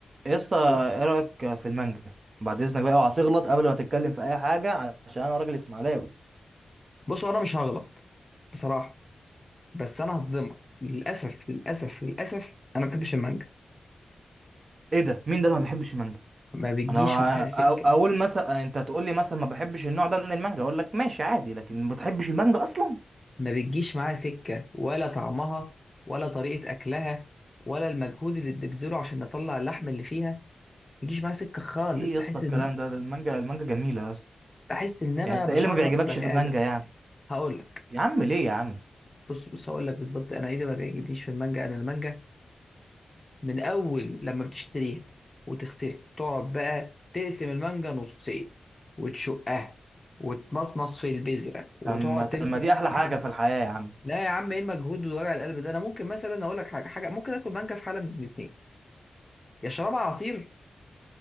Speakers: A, on the right; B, on the left.
A: يا اسطى
B: قول
A: ايه رايك في المانجا بعد اذنك بقى اوعى تغلط قبل ما تتكلم في اي حاجه عشان انا راجل اسماعيلاوي
B: بص انا مش هغلط بصراحه بس انا هصدمك للاسف للاسف للاسف انا ما بحبش المانجا
A: ايه ده مين ده اللي ما بيحبش المانجا
B: ما بتجيش
A: انا
B: معايا
A: أ-
B: سكه
A: اقول مثلا انت تقول لي مثلا ما بحبش النوع ده من المانجا اقول لك ماشي عادي لكن ما بتحبش المانجا اصلا
B: ما بتجيش معايا سكه ولا طعمها ولا طريقه اكلها ولا المجهود اللي بنبذله عشان نطلع اللحم اللي فيها ما بيجيش معايا سكه خالص
A: ايه يا
B: بحس
A: اسطى الكلام
B: ان
A: ده ده المانجا المانجا جميله يا اسطى
B: بحس ان انا
A: يعني انت
B: بشرح
A: ايه اللي ما بيعجبكش
B: بني
A: في المانجا
B: ادم
A: يعني
B: هقول لك
A: يا عم ليه يا عم
B: بص بص هقول لك بالظبط انا ايه اللي ما بيعجبنيش في المانجا انا المانجا من اول لما بتشتريها وتغسلها تقعد بقى تقسم المانجا نصين وتشقها وتمصمص في البذره وتقعد
A: طب ما طب
B: تمسك
A: ما دي احلى
B: في
A: حاجه
B: حد
A: في الحياه يا عم
B: لا يا عم ايه المجهود ووجع القلب ده انا ممكن مثلا اقول لك حاجه حاجه ممكن اكل مانجا في حاله من الاثنين يا شربها عصير